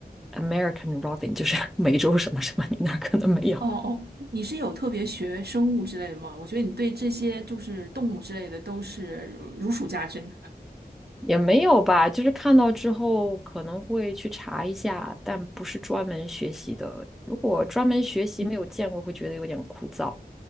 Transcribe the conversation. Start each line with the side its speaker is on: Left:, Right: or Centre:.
Centre: American Robin，就是 <laughs> 美洲什么什么，你那儿可能没有。
Right: 哦哦，你是有特别学生物之类的吗？我觉得你对这些就是动物之类的都是如如数家珍。
Centre: 也没有吧，就是看到之后可能会去查一下，但不是专门学习的。如果专门学习没有见过，
Right: 嗯，
Centre: 会觉得有点枯燥。